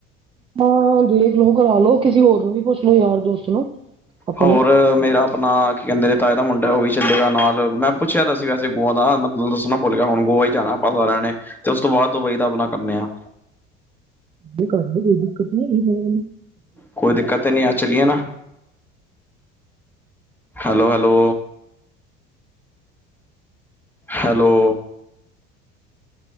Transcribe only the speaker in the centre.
ਹੋਰ ਮੇਰਾ ਆਪਣਾ ਕੀ ਕੈਂਦੇ ਨੇ ਤਾਏ ਦਾ ਮੁੰਡਾ ਓ ਵੀ ਚੱਲੇਗਾ ਨਾਲ, ਮੈਂ ਪੁੱਛਿਆ ਤਾਂ ਸੀ ਵੈਸੇ ਗੋਆ ਦਾ ਮੈਂ ਥੋਨੂੰ ਦੱਸਣਾ ਭੁੱਲ ਗਿਆ ਹੁਣ ਗੋਆ ਹੀ ਜਾਣਾ ਆਪਾਂ ਸਾਰੇਆਂ ਨੇ ਤੇ ਉਸ ਤੋਂ ਬਾਦ ਦੁਬਈ ਦਾ ਆਪਣਾ ਕਰਨੇ ਆ।
ਕੋਈ ਦਿੱਕਤ ਤਾਂ ਨਈ ਐ ਚੱਲੀਏ ਨਾ, ਹੈਲੋ-ਹੈਲੋ। ਹੈਲੋ।